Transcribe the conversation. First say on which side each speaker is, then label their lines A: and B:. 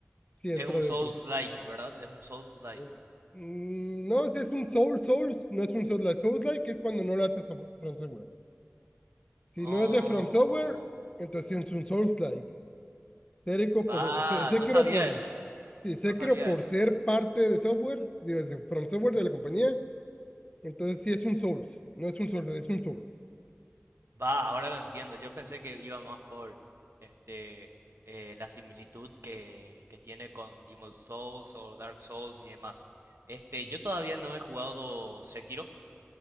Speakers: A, on the left; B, on the right.
A: sí entra
B: Es un
A: dentro.
B: Souls-like, ¿verdad? Es un Souls-like.
A: Eh, mm, no, si es un Soul Souls, no es un Souls-like. Souls-like es cuando no lo haces a From Software. Si
B: Oh,
A: no es de From Software, entonces sí es un Souls-like. Sekiro
B: va,
A: por, se-
B: no sabía
A: por,
B: eso,
A: sí, Sekiro
B: no sabía
A: por
B: eso.
A: ser parte de software, digo, de From Software de la compañía, entonces sí es un Souls, no es un Souls, es un Soul.
B: Va, ahora lo entiendo. Yo pensé que iba más por este eh, la similitud que, que tiene con Demon Souls o Dark Souls y demás. Este, yo todavía no he jugado Sekiro,